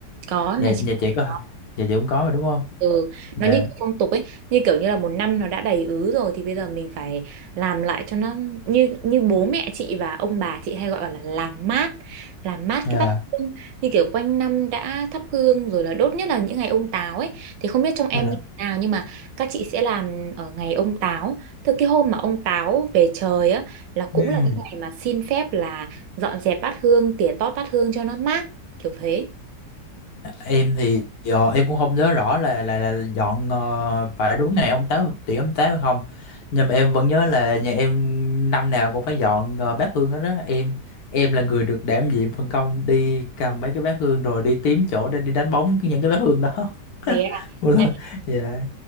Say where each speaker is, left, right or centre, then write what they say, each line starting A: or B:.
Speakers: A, on the right; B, on the left.
A: có
B: nhà
A: nhà chị
B: nhà
A: cũng
B: chị có
A: có
B: nhà chị cũng có rồi đúng không
A: Ừ,
B: dạ
A: nó như kiểu phong tục ấy, như kiểu như là một năm nó đã đầy ứ rồi thì bây giờ mình phải làm lại cho nó như như bố mẹ chị và ông bà chị hay gọi là làm mát, làm mát
B: dạ
A: cái bát hương như kiểu quanh năm đã thắp hương rồi là đốt nhất là những ngày ông Táo ấy thì không biết trong em
B: Dạ.
A: như thế nào nhưng mà các chị sẽ làm ở ngày ông Táo. Từ cái hôm mà ông Táo về trời á là cũng
B: Ừm,
A: là cái ngày mà xin phép là dọn dẹp bát hương, tỉa tót bát hương cho nó mát kiểu thế.
B: Em thì ờ, em cũng không nhớ rõ là là, là dọn ờ, phải đúng ngày ông táo tiễn ông táo hay không nhưng mà em vẫn nhớ là nhà em năm nào cũng phải dọn ờ, bát hương hết đó em em là người được đảm nhiệm phân công đi cầm mấy cái bát hương rồi đi tím chỗ để đi đánh bóng những cái bát hương đó <laughs>
A: Thế à.
B: một lần dạ